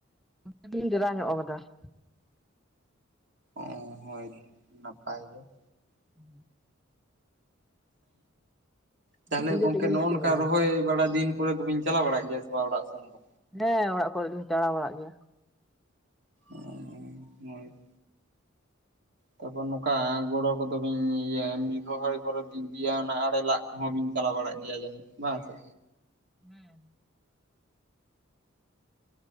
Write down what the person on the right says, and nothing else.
ᱚᱸ ᱦᱚᱭ ᱱᱟᱯᱟᱭ ᱜᱮ ᱾
ᱛᱟᱦᱞᱮ
ᱜᱚᱝᱠᱮ
ᱱᱚᱜ-ᱚ
ᱱᱚᱝᱠᱟ
ᱨᱚᱦᱚᱭ ᱵᱟᱲᱟ ᱫᱤᱱ ᱠᱚᱨᱮ ᱫᱚᱵᱤᱱ ᱪᱟᱞᱟᱣ ᱵᱟᱲᱟᱜ ᱜᱮᱭᱟ ᱥᱮ ᱵᱟᱝ ᱚᱲᱟᱜ ᱥᱮᱱ ᱫᱚ?
ᱩᱸ ᱦᱚᱭ ᱾
ᱛᱟᱯᱚᱨ ᱱᱚᱠᱟ ᱜᱚᱲᱚ ᱠᱚᱫᱚ ᱵᱤᱱ ᱤᱭᱟᱹ ᱨᱚᱦᱚᱭ ᱠᱚᱨᱮ ᱵᱤᱱ ᱤᱫᱤᱭᱟ ᱚᱱᱟ ᱟᱲᱮ ᱞᱟᱜ ᱠᱚᱦᱚᱸ ᱵᱤᱱ ᱪᱟᱞᱟᱣ ᱵᱟᱲᱟᱜ ᱜᱮᱭᱟ ᱡᱟᱹᱱᱤᱡ ᱵᱟᱝ ᱥᱮ?